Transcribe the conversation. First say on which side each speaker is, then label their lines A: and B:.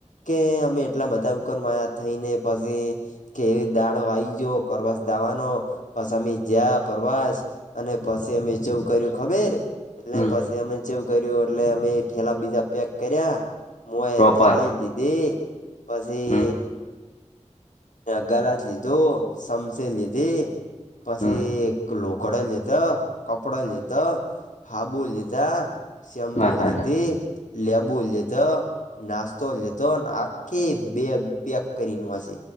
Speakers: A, on the left; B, on the left.
A: કે અમે એટલા બધા ઉકરમાયા થઈને પછી કે એ દાડો આઈ ગયો પ્રવાસ જવાનો પસ અમે જયા પ્રવાસ અને પછી એમે જેવું કર્યું ખબર એટલે
B: હમ
A: પછી અમે જેવું કર્યું એટલે અમે ઠેલા બીજા પેક કર્યા હું એ
B: પ્રોપર
A: થાળી લીધી પછી
B: હમ
A: ગ્લાસ લીધો સમસી લીધી પછી
B: હમ
A: એક લોકો ઘોડ લીધો કપડા લીધો હાબુ લીધા શેમ્પુ
B: માથાજ
A: લીધી લેબુ લીધો નાસ્તો લીધોને આખી બેગ પેક કરી ને હશિ